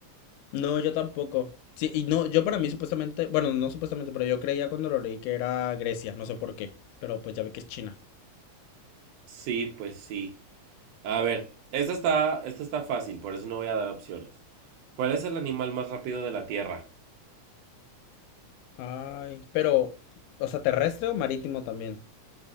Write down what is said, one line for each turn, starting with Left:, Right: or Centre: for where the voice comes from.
Left: No, yo tampoco. Sí, y no, yo para mí supuestamente, bueno, no supuestamente, pero yo creía cuando lo leí que era Grecia, no sé por qué, pero pues ya vi que es China.
Right: Sí, pues sí. A ver, esta está, esta está fácil, por eso no voy a dar opciones. ¿Cuál es el animal más rápido de la Tierra?
Left: Ay, pero, o sea, terrestre o marítimo también.